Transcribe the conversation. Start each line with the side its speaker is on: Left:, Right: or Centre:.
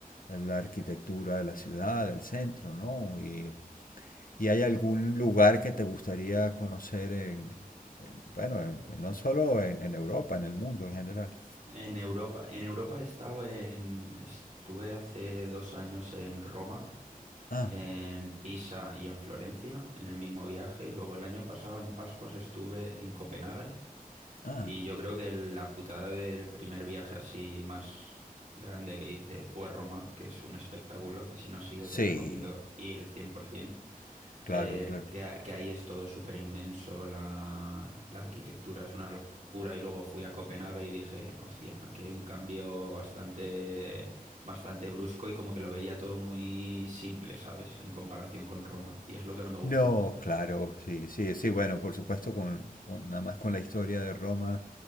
Left: la arquitectura de la ciudad, del centro, ¿no? Y, y hay algún lugar que te gustaría conocer en, en- bueno, en- no solo en, en Europa, en el mundo en general.
Right: En Europa, en Europa he estado en, estuve hace dos años en Roma,
Left: Ah,
Right: en Pisa y en Florencia, en el mismo viaje, y luego el año pasado en Pascuas estuve en Copenhague,
Left: ah,
Right: y yo creo que la putada del primer viaje así más grande que hice fue Roma, que es un espectáculo que si no has ido
Left: sí,
Right: te recomiendo ir 100%.
Left: claro,
Right: eh,
Left: claro.
Right: que, que ahí es todo súper inmenso, la, la arquitectura es una locura y luego fui a Copenhague y dije, hostia, aquí hay un cambio bastante, bastante brusco y como que lo veía todo muy simple, ¿sabes? En comparación con Roma y es lo que no me gustó.
Left: No, claro, sí, sí, sí, bueno, por supuesto, con, con- nada más con la historia de Roma,